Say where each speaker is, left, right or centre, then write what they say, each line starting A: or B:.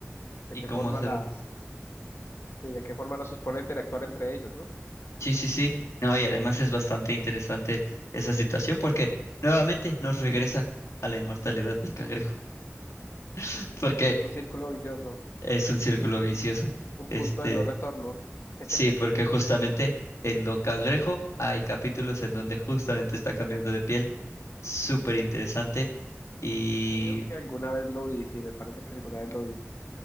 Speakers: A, on the left; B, on the left.
A: de
B: ¿Y
A: qué
B: cómo
A: forma
B: hacerlo?
A: las, sí, de qué forma las supone interactuar entre ellos, ¿no?
B: Sí, sí, sí. No, y además es bastante interesante esa situación porque nuevamente nos regresa a la inmortalidad del cangrejo, <laughs> porque
A: <laughs> Es un círculo vicioso,
B: es un círculo vicioso.
A: un
B: Este,
A: punto de no retorno. <laughs>
B: sí, porque justamente en Don Cangrejo hay capítulos en donde justamente está cambiando de piel. Súper interesante. Y
A: Creo que alguna vez lo vi, sí, me parece que alguna vez lo vi.